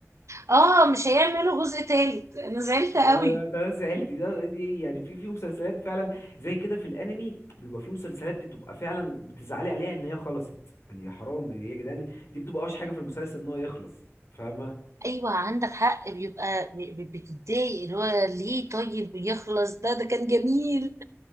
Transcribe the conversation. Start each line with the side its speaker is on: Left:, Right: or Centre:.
Right: اه مش هيعملوا جزء تالت انا زعلت
Left: وانا
Right: قوي
Left: ده ده سألت ده دي يعني في في مسلسلات فعلا زي كده في الانمي بيبقى في مسلسلات بتبقى فعلا بتزعلي عليها ان هي خلصت يعني يا حرام يا جدعان دي بتبقى اوحش حاجه في المسلسل ان هو يخلص فاهمه
Right: ايوه عندك حق بيبقى ب- ب- بتتضايق اللي هو ليه طيب يخلص ده ده كان جميل